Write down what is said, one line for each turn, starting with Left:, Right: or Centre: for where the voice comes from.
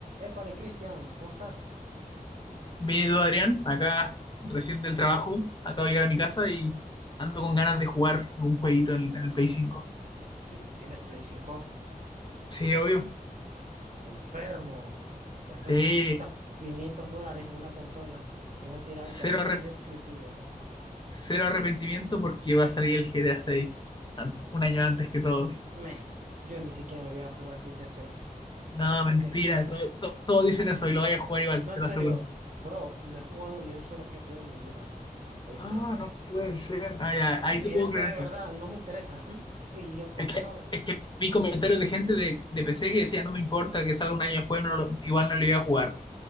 Right: Épale, Cristian, ¿cómo estás?
Left: Bien, ¿y tú, Adrián? Acá recién del trabajo, acabo de llegar a mi casa y ando con ganas de jugar a un jueguito en, en el Play 5.
Right: Sí, ¿tienes Play 5?
Left: Sí, obvio.
Right: Enfermo. Gastaste
Left: Sí,
Right: 500, 500 dólares en una consola que, no tiene,
Left: cero,
Right: que apenas
Left: arrep-
Right: tiene exclusivos.
Left: cero arrepentimiento porque va a salir el GTA 6 un año antes que todos.
Right: Meh, yo ni siquiera me voy a jugar GTA 6.
Left: No,
Right: ¿Sabes por
Left: mentira,
Right: qué?
Left: todo- to- todos dicen eso y lo voy a jugar igual,
Right: No,
Left: te
Right: en
Left: lo
Right: serio.
Left: aseguro.
Right: Bro, no he jugado ni un solo GTA en mi vida. ¿Viste?
Left: Ah, no puede ser. Ah, ya, ahí
Right: Y
Left: te puedo
Right: es
Left: creer
Right: que de
Left: entonces.
Right: verdad no me interesan. <laughs> Oye, Y pa'
Left: Es
Right: peor.
Left: que, es que vi comentarios de gente de, de PC que decía, no me importa que salga un año después, no lo- igual no lo iba a jugar.